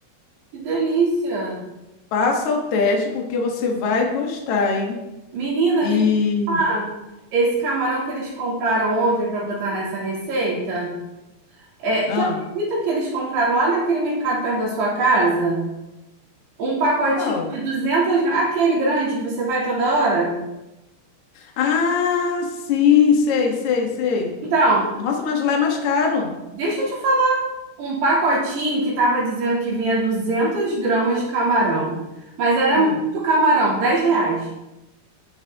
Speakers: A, on the right (about 55°); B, on the left (about 85°).
A: Que delícia!
B: Passa o teste, porque você vai gostar, hein?
A: Menina,
B: E.
A: deixa eu te falar. Esse camarão que eles compraram ontem para botar nessa receita, é,
B: Ah,
A: tu acredita que eles compraram lá naquele mercado perto da sua casa? Um pacotinho
B: qual?
A: de 200 gramas, aquele grande que você vai toda hora?
B: Ah, sim, sei, sei, sei.
A: Então,
B: Nossa, mas lá é mais caro.
A: deixa eu te falar. Um pacotinho que tava dizendo que vinha 200 gramas de camarão, mas era
B: Hum.
A: muito camarão, Dez reais.